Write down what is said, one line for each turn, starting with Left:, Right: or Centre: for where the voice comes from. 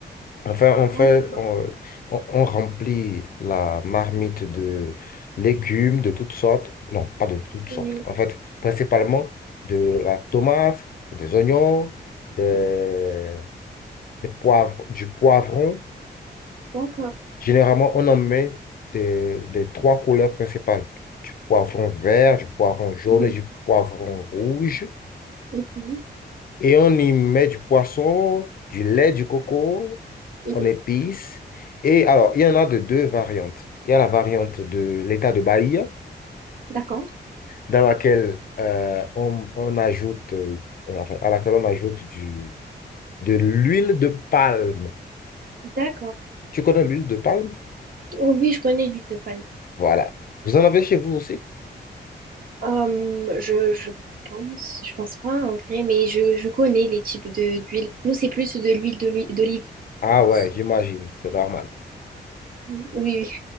Left: Enfin, on fait,
Right: d'accord,
Left: on, on- on remplit la marmite de légumes de toutes sortes. Non, pas de toutes sortes.
Right: oui,
Left: En fait, principalement de la tomate, des oignons, des, des poivres, du poivron
Right: d'accord.
Left: Généralement, on en met des, des trois couleurs principales, du poivron vert, du poivron jaune
Right: Mhm,
Left: et du poivron rouge.
Right: mhm, mhm,
Left: Et on y met du poisson, du lait, du coco,
Right: mhm.
Left: on épice. Et alors, il y en a de deux variantes. Il y a la variante de l'état de Bahia,
Right: D'accord,
Left: dans laquelle euh, on, on ajoute, euh, euh, enfin, à laquelle on ajoute du, de l'huile de palme.
Right: d'accord.
Left: Tu connais l'huile de palme?
Right: Oh oui, je connais l'huile de palme.
Left: Voilà. Vous en avez chez vous aussi?
Right: Euh, je, je pense, je pense pas en vrai, mais je, je connais les types de d'huile. Nous, c'est plus de l'huile d'oli- d'olive
Left: Ah
Right: ici.
Left: ouais, j'imagine, c'est normal.
Right: Mm, Oui,